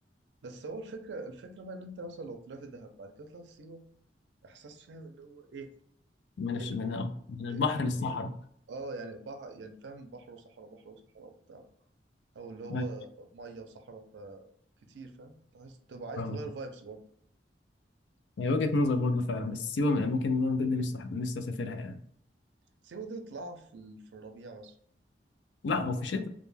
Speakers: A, on the right (about 75°); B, on the left (about 80°).
A: بس هو الفكره الفكره بقى ان انت مثلا لو طلعت دهب بعد كده طلعت سيوه احساس فاهم اللي هو ايه
B: من الش-
A: ال-
B: من
A: ال-
B: آه، من البحر
A: الاتنين
B: للصحراء
A: اه يعني بحر يعني فاهم بحر وصحراء بحر وصحراء وبتاع او اللي هو
B: أيوة،
A: ميه وصحراء فكتير فاهم تحس تبقى عايز
B: فاهمك
A: تغير فايبس برضه
B: هي وجهه نظر برضه فعلا بس سيوه من الاماكن اللي انا بجد نفسي نفسي اسافرها يعني
A: سيبه دي تطلعها في ال- في الربيع مثلا
B: لا وفي الشتاء